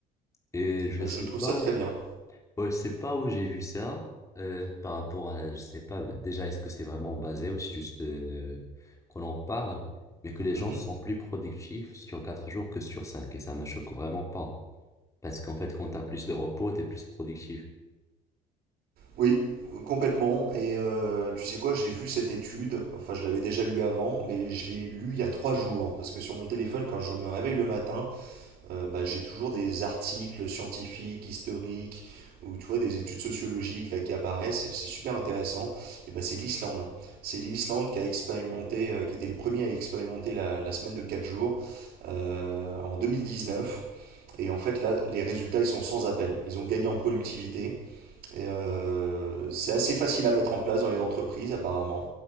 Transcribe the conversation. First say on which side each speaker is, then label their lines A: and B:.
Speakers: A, on the left (about 20°); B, on the right (about 60°).
A: Et je
B: Bah,
A: sais
B: je trouve
A: pas
B: ça très
A: où...
B: bien.
A: Ouais, je sais pas où j'ai vu ça euh, par rapport à, je sais pas déjà est-ce que c'est vraiment basé ou c'est juste euh, qu'on en parle, mais que les gens
B: Mhm.
A: sont plus productifs sur quatre jours que sur cinq et ça me choque vraiment pas parce qu'en fait quand t'as plus de repos t'es plus productif.
B: Oui, complètement. Et euh, tu sais quoi, j'ai vu cette étude, enfin je l'avais déjà lu avant, mais je l'ai lu il y a trois jours, parce que sur mon téléphone, quand je me réveille le matin, euh, bah, j'ai toujours des articles scientifiques, historiques, ou tu vois, des études sociologiques là, qui apparaissent, et c'est super intéressant. Et bah, c'est l'Islande. C'est l'Islande qui a expérimenté, euh, qui était les premiers à expérimenter la, la semaine de 4 jours euh, en 2019. Et en fait, là, les résultats, ils sont sans appel. Ils ont gagné en productivité, et, euh, c'est assez facile à mettre en place dans les entreprises, apparemment.